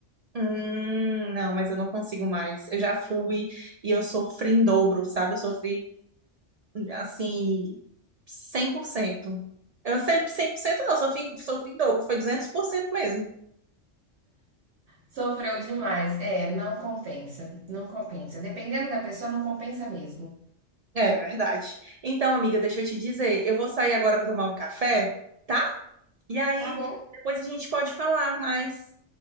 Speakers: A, on the right; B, on the right.
A: hum, não, mas eu não consigo mais. Eu já fui e eu sofri em dobro, sabe? Eu sofri assim, 100% Eu sempre 100% não, sofri, sofri em dobro, foi 200% mesmo.
B: Sofreu demais. É, não compensa, não compensa. Dependendo da pessoa, não compensa mesmo.
A: É verdade. Então, amiga, deixa eu te dizer, eu vou sair agora para tomar um café, tá? E aí
B: Tá bom?
A: depois a gente pode falar, mas